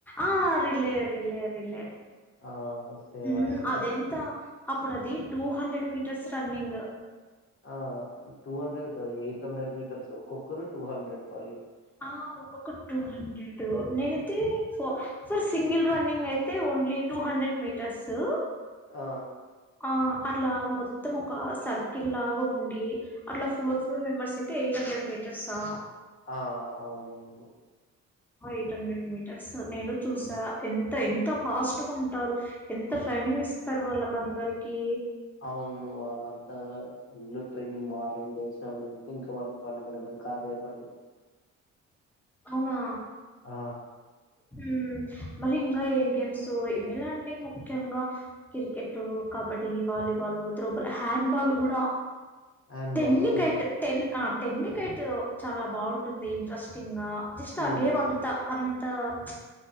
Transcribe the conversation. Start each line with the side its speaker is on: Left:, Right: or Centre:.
Centre: ఆ రిలే రిలే రిలే
Left: ఆ సేమ్
Centre: మ్మ్
Left: కూడా
Centre: అది ఎంత అప్ ఇప్పుడు అది టూ హండ్రెడ్ మీటర్స్ రన్నింగ్
Left: ఆ టూ హండ్రెడ్ కాదు. ఎయిట్ హండ్రెడ్ మీటర్స్ ఒక్కొక్కరు టూ హండ్రెడ్ పర్
Centre: ఆ ఒక్కొక్కరు టూ హండ్రెడ్ నేనిం అయితే ఫ ఫర్ సింగిల్ రన్నింగ్ అయితే ఓన్లీ టూ హండ్రెడ్ మీటర్సు
Left: ఆ
Centre: ఆ అట్ల మొత్తం ఒక సర్కిల్ లాగా ఉండి అట్లా ఫోర్ ఫోర్ మెంబర్స్ అయితే ఎయిట్ హండ్రెడ్ మీటర్సా
Left: ఆ అవునవును
Centre: ఎయిట్ హండ్రెడ్ మీటర్స్ నేను చూసా ఎంత ఎంత ఫాస్ట్ గ ఉంటారు. ఎంత ట్రైనింగ్ ఇస్తారు వాళ్ళకందరికి
Left: అవును వాళ్ళంతా ఫుల్ ట్రైనింగ్ మార్నింగ్ లేసిన్నపునుంచి ఇంక వాళ్ళు పనుకునేదంక అదే పని
Centre: అవునా
Left: ఆ
Centre: హ్మ్ మరి ఇంకా ఏం గేమ్స్ ఇవేలే అండి. ముఖ్యంగా cricket kabaddi volleyball throwball handball గూడ
Left: హ్యాండ్
Centre: టెన్నికైట్
Left: బాల్ అవును.
Centre: టెన్ ఆ టెన్నికైట్ చాలా బావుంటుంది ఇంట్రెస్టింగ్ గా జస్ట్
Left: హ్మ్.
Centre: ఆ గేమ్ అంత అం త మ్చ్